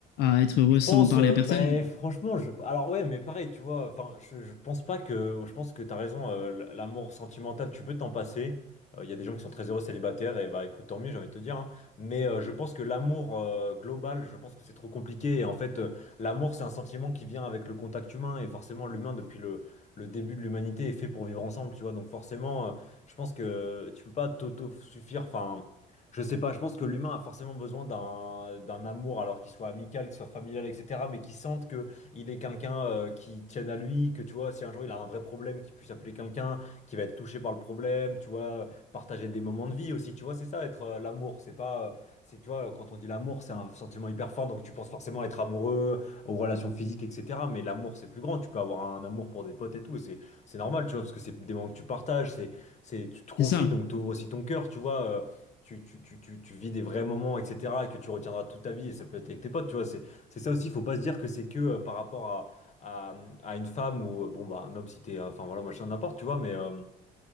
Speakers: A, on the left; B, on the left.
A: à être heureux
B: Je
A: sans
B: pense,
A: en parler
B: euh,
A: à personne.
B: ben, franchement, je... alors ouais, mais pareil, tu vois, enfin, je, je pense pas que, je pense que t'as raison, euh, l- l'amour sentimental, tu peux t'en passer. Euh, Il y a des gens qui sont très heureux célibataires, et bah écoute, tant mieux, j'ai envie de te dire, hein. Mais euh, je pense que l'amour euh, global, je pense que c'est trop compliqué. Et en fait, euh, l'amour, c'est un sentiment qui vient avec le contact humain, et forcément, l'humain, depuis le, le début de l'humanité, est fait pour vivre ensemble, tu vois. Donc forcément, euh, je pense que tu peux pas t'auto-suffire, enfin. Je sais pas, je pense que l'humain a forcément besoin d'un d'un amour, alors qu'il soit amical, qu'il soit familial, etc., mais qu'il sente que il est quelqu'un euh, qui tienne à lui, que tu vois, si un jour il a un vrai problème, qu'il puisse appeler quelqu'un qui va être touché par le problème, tu vois, partager des moments de vie aussi, tu vois, c'est ça être euh, l'amour, c'est pas, euh, c'est tu vois, quand on dit l'amour, c'est un sentiment hyper fort, donc tu penses forcément être amoureux, aux relations physiques, etc., mais l'amour c'est plus grand, tu peux avoir un amour pour des potes et tout, c'est c'est normal, tu vois, parce que c'est des moments que tu partages, c'est c'est tu te confies,
A: C'est ça.
B: donc t'ouvres aussi ton cœur, tu vois. euh, tu, tu, tu, tu, tu vis des vrais moments, etc., et que tu retiendras toute ta vie, et ça peut être avec tes potes, tu vois, c'est c'est ça aussi, il faut pas se dire que c'est que euh, par rapport à, à, à une femme ou, euh, bon, bah, un homme si t'es, euh, enfin, voilà, machin, n'importe, tu vois, mais, euh,